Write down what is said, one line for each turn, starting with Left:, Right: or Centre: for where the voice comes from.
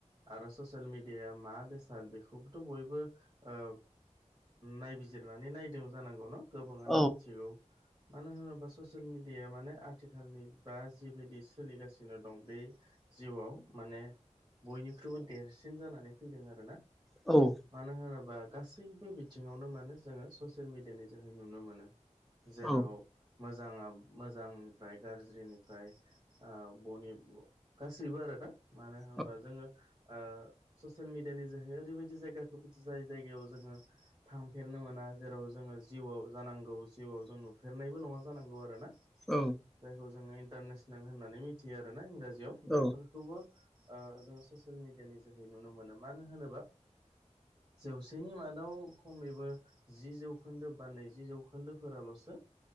Right: आरो ससियेल मिडियाया मा बेसाद बेखौबोथ' बयबो ओ नायबिजिरनानै नायदों जानांगौ न गोबाङानो
Centre: औ
Right: मिथिगौ। मानो होनोब्ला ससियेल मिडियाया माने आथिखालनि बा जिबायदि सोलिगासिनो दं बे जिउआव माने बयनिख्रुइबो देरसिन जानानै फैदों आरोना।
Centre: औ
Right: मानो होनोबा गासैबो बिथिङावनो माने जोङो ससियेल मिडियानि जोहै नुनो मोनो। जेराव
Centre: औ
Right: मोजाङा मोजांनिफ्राय गाज्रिनिफ्राय ओ बनि ब गासैबो आरो दा मानो होनबा
Centre: औ
Right: जोङो ओ ससियेल मिडियानि जोहै ओरैबायदि जायगाखौ बिदि जाय जायगायाव जोङो थांफेरनो मोना जेराव जोङो जिउआव जानांगौ जिउआव जों नुफेरनायबो नङा जानांगौ आरोना
Centre: औ
Right: जायखौ जोङो इन्टारनेसनेल होननानै मिथियो आरोना इंराजियाव
Centre: औ
Right: बेफोर खौबो ओ जोङो ससियेल मिडियानि जोहै नुनो मोनो मानो होनोबा जौसेनि मादाव खमैबो जि जौ जौखोन्दो बा नैजि जौखोन्दोफोरालसो